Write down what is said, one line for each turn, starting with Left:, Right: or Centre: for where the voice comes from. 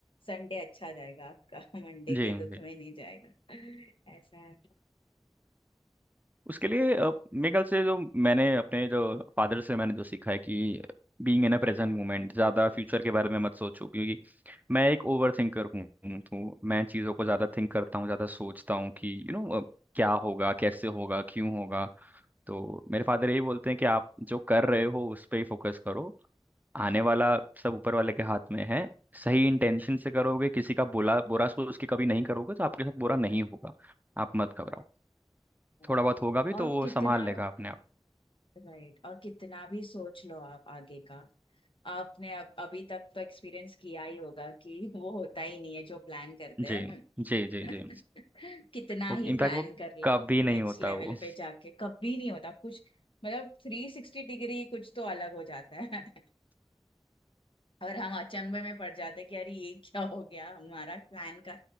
Left: संडे अच्छा जाएगा आपका मंडे
Right: जी
Left: के दुख
Right: जी
Left: में नहीं जाएगा ऐसा है
Right: उसके लिए अ, मेरे ख्याल से जो मैंने अपने जो फादर से मैंने जो सीखा है कि being in a present moment ज़्यादा फ्यूचर के बारे में मत सोचो क्योंकि मैं एक ओवर थिंकर हूँ तो मैं चीज़ों को ज़्यादा थिंक करता हूँ ज़्यादा सोचता हूँ कि यू नो क्या होगा कैसे होगा क्यों होगा तो मेरे फादर यही बोलते हैं कि आप जो कर रहे हो उस पर ही फोकस करो आने वाला सब ऊपर वाले के हाथ में है सही इंटेंशन से करोगे किसी का बुरा बुरा सोच के कभी नहीं करोगे तो आपके साथ बुरा नहीं होगा आप मत घबराओ
Left: <laughs>
Right: थोड़ा बहुत होगा भी
Left: और
Right: तो वो
Left: कितना
Right: संभाल लेगा अपने आप
Left: राइट और कितना भी सोच लो आप आगे का आपने अब अभी तक तो एक्सपीरियंस किया ही होगा कि <laughs> वो होता ही नहीं है जो प्लान करते
Right: जी
Left: हैं हम।
Right: जी जी जी
Left: <laughs> कितना
Right: वो
Left: ही
Right: इनफैक्ट
Left: प्लान
Right: वो
Left: कर ले
Right: कभी नहीं
Left: नेक्स्ट
Right: होता
Left: लेवल
Right: वो
Left: पे जाके कभी नहीं होता कुछ मतलब थ्री सिक्सटी डिग्री कुछ तो अलग हो जाता है <laughs> और हम अचंभे में पड़ जाते हैं कि अरे ये क्या हो गया हमारा प्लान का